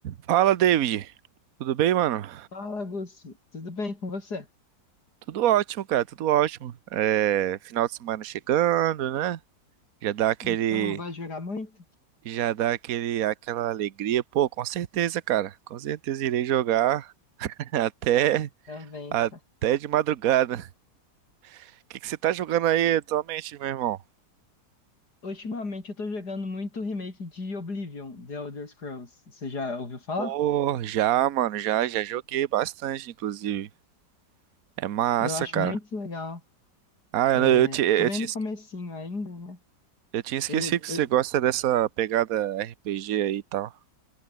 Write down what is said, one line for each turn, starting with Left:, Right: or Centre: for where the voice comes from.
Right: Fala, David. Tudo bem, mano?
Left: Fala, Augusto. Tudo bem com você?
Right: Tudo ótimo, cara, tudo ótimo. É, final de semana chegando, né? Já dá aquele,
Left: Então, vai jogar muito?
Right: já dá aquele, aquela alegria. Pô, com certeza, cara. Com certeza irei jogar <laughs> até,
Left: Também.
Right: até de madrugada. O que que você tá jogando aí atualmente, meu irmão?
Left: Ultimamente eu tô jogando muito o remake de Oblivion, The Elder Scrolls. Você já ouviu falar?
Right: Pô, já, mano, já, já joguei bastante, inclusive. É massa,
Left: Eu acho
Right: cara.
Left: muito legal.
Right: Ah,
Left: É,
Right: eu, eu, ti- eu,
Left: eu tô bem
Right: tinha,
Left: no
Right: esque-
Left: comecinho ainda, né?
Right: eu tinha esquecido
Left: Ele,
Right: que
Left: eu,
Right: você gosta dessa pegada RPG aí e tal.